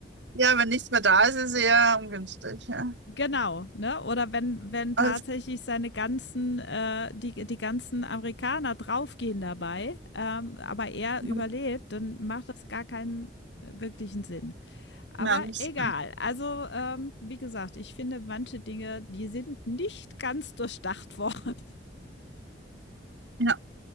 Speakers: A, on the right; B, on the left.
A: ja, wenn nichts mehr da ist, ist eher ungünstig, ja.
B: Genau, ne? Oder wenn, wenn tatsächlich
A: Also,
B: seine ganzen, äh, die, die ganzen Amerikaner draufgehen dabei, ähm, aber er
A: ja,
B: überlebt, dann macht das gar keinen äh, wirklichen Sinn. Aber
A: na, nicht
B: egal.
A: so.
B: Also, ähm, wie gesagt, ich finde manche Dinge, die sind nicht ganz durchdacht <laughs> worden.
A: Ja.